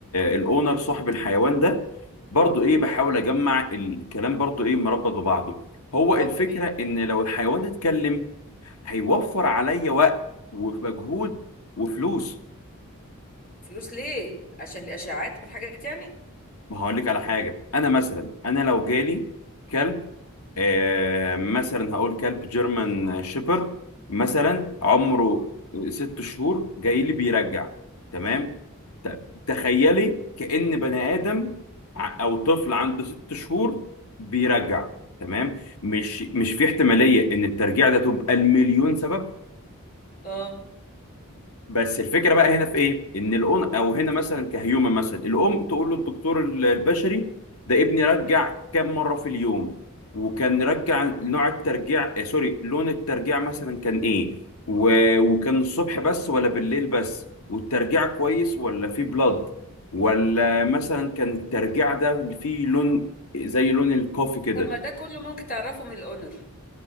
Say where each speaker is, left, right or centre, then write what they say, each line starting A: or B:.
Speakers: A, on the left; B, on the left.
A: الاونر صاحب الحيوان ده برضو ايه بحاول اجمع الكلام برضو ايه مربط ببعضه هو
B: اه
A: الفكرة
B: تمام
A: ان لو الحيوان اتكلم هيوفر عليا وقت ومجهود وفلوس
B: فلوس ليه عشان الأشعاعات والحاجات يعني
A: ما هقول لك على حاجة انا مثلا انا لو جالي كلب آه، مثلا هقول كلب جيرمان شيبرد مثلا عمره ست شهور جاي لي بيرجع تمام ت- تخيلي كأن بني آدم ع- أو طفل عنده ست شهور بيرجع تمام مش مش في احتمالية إن الترجيع ده تبقى المليون سبب
B: اه
A: بس الفكره بقى هنا في ايه ان الام او هنا مثلا كهيومن مثلا الام تقول له الدكتور البشري ده ابني رجع كم مره في اليوم وكان رجع نوع الترجيع آه، سوري لون الترجيع مثلا كان ايه و... وكان الصبح بس ولا بالليل بس والترجيع كويس ولا فيه بلاد ولا مثلا كان الترجيع ده فيه لون زي لون الكوفي كده
B: طب ما ده كله ممكن تعرفه من الاونر